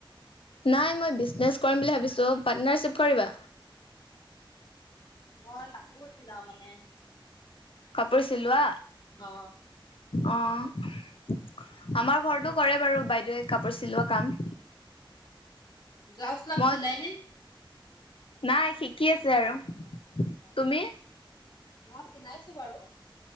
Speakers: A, on the left; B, on the left.
A: নাই মই বিজনেছ কৰিম ভাবিছোঁ, পাৰ্টনাৰশ্বিপ কৰিবা?
B: মই কাপোৰ চিলাওঁ মানে
A: কাপোৰ চিলোৱা,
B: অ
A: অ'। আমাৰ ঘৰতো কৰে বাৰু বাইদেৱে কাপোৰ চিলোৱা কাম।
B: ব্লাউজ চ্লাউজ
A: মই
B: চিলাই নে?
A: নাই শিকি আছে আৰু
B: অ'
A: তুমি?
B: মই চিনাইছো বাৰু।